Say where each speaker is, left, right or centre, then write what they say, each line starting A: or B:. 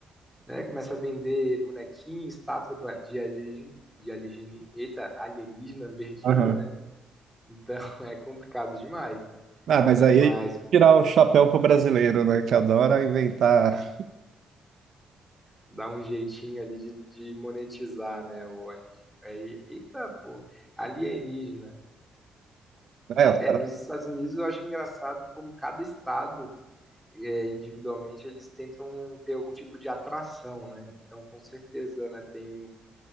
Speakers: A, in the centre; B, on the right (about 55°).
A: né, começa a vender bonequinho, estátua do- de alienígena, de alienígena, eita, alienígena verdinho,
B: Aham.
A: né? Então <laughs> é complicado demais, né?
B: Ah, mas aí
A: Mas
B: é tirar o chapéu pro brasileiro, né? Que adora inventar.
A: dá um jeitinho ali de, de monetizar, né? O alienígena. Eita, pô, alienígena.
B: É, os
A: É,
B: caras.
A: nos Estados Unidos eu acho engraçado como cada estado é, individualmente, eles tentam ter algum tipo de atração, né? Então, com certeza, né? Tem,